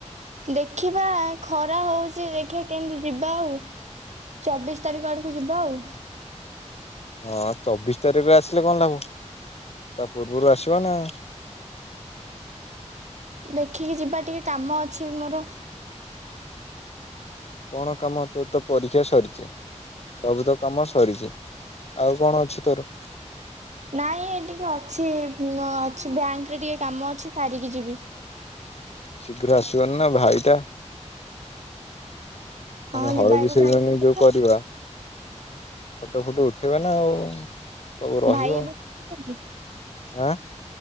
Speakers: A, on the right; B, on the left.
A: ଦେଖିବା ଖରା ହଉଛି ଦେଖିବା କେମିତି ଯିବା ଆଉ ଚବିଶ ତାରିଖ ଆଡକୁ ଯିବା ଆଉ।
B: ହଁ ଚବିଶ ତାରିଖରେ ଆସିଲେ କଣ ଲାଭ ତା ପୂର୍ବରୁ ଆସିବ ନା।
A: ଦେଖିକି ଯିବା ଟିକେ କାମ ଅଛି ମୋର।
B: କଣ କାମ ତୋର ତ ପରୀକ୍ଷା ସରିଛି ସବୁ ତ କାମ ସରିଛି ଆଉ କଣ ଅଛି ତୋର।
A: ନାଇଁ ଟିକେ ଅଛି ଅଛି ଏ ବ୍ୟାଙ୍କରେ ଟିକେ କାମ ଅଛି ସାରିକି ଯିବି।
B: ଶୀଘ୍ର ଆସିବନି ନା ଭାଇଟା ପୁଣି
A: ହଁ
B: ହଳଦୀ
A: ଯିବା ଇବା
B: ସେରିମନି
A: ଭାଇ ଦେଖିବାନି।
B: ଯୋଉ କରିବା ଫଟୋ ଫୁଟ ଉଠେଇବା ନା ଆଉ। ସବୁ ରହିବ
A: ଭାଇ ଏବେ କୋଉଠି ଅଛନ୍ତି?
B: ଆଁ